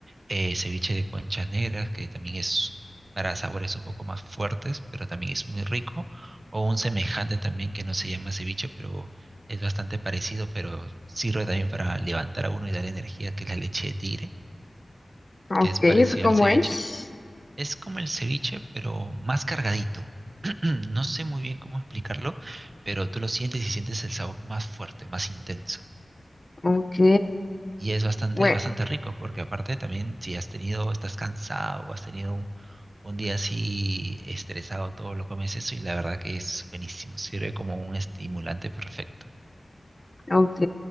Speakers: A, on the right; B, on the left.
A: eh, ceviche de conchas negras, que también es para sabores un poco más fuertes, pero también es muy rico, o un semejante también que no se llama ceviche, pero es bastante parecido, pero sirve también para levantar a uno y darle energía, que es la leche de tigre,
B: Ok,
A: que es
B: ¿eso
A: parecida
B: cómo
A: al ceviche.
B: es?
A: Es como el ceviche, pero más cargadito. <clears throat> No sé muy bien cómo explicarlo, pero tú lo sientes y sientes el sabor más fuerte, más intenso.
B: Ok,
A: Y es bastante,
B: bueno,
A: bastante rico, porque aparte también si has tenido, estás cansado o has tenido un, un día así estresado, todo lo comes eso y la verdad que es buenísimo, sirve como un estimulante perfecto,
B: ok,